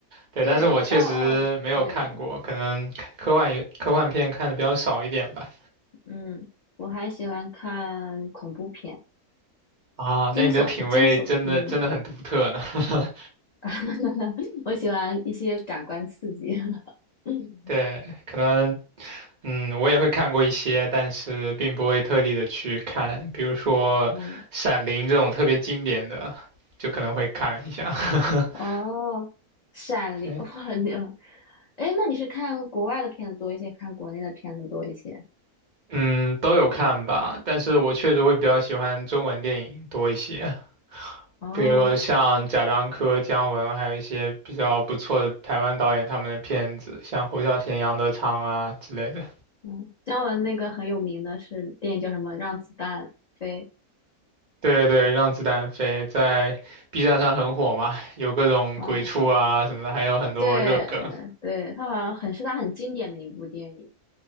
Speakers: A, on the right; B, on the left.
A: 对，
B: 对，
A: 但是我确实没有看过，
B: 嗯、嗯、对，
A: 可能科幻也科幻片看的比较少一点吧。
B: 嗯，我还喜欢看恐怖片，
A: 啊，
B: 惊悚，
A: 那你的品味真的真的很独特呢。
B: 惊悚，嗯，
A: <laughs>
B: <laughs> 我喜欢一些感官刺激。<laughs> 嗯
A: 对，可能，嗯，我也会看过一些，但是并不会特地的去看，比如说《闪灵》这种特别经典的，
B: 嗯，
A: 就可能会看一下。<laughs>
B: 哦，《闪灵》哇，
A: 对，
B: 你，哎，那你是看国外的片子多一些，看国内的片子多一些？
A: 嗯，都有看吧，但是我确实会比较喜欢中文电影多一些，
B: 哦，
A: 比如说像贾樟柯、姜文，还有一些比较不错的台湾导演他们的片子，像侯孝贤、杨德昌啊之类的。
B: 嗯，姜文那个很有名的是电影叫什么《让子弹飞》，
A: 对对，让子弹飞在 B 站上很火嘛，有各种鬼畜啊什么的，
B: 嗯。
A: 还有很多热梗。
B: 对对，他好像很是他很经典的一部电影，